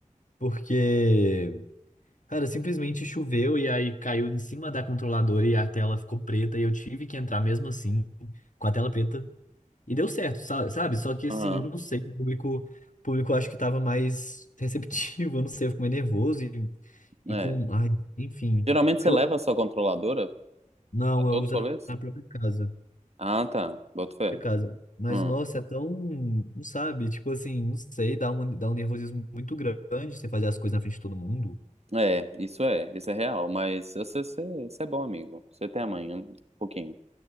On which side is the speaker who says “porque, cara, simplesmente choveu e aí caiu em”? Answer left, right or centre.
Left